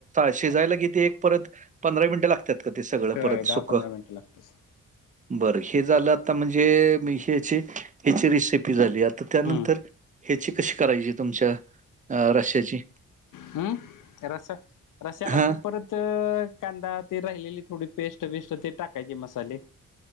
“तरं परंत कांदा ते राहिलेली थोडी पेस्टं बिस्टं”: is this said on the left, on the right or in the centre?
Left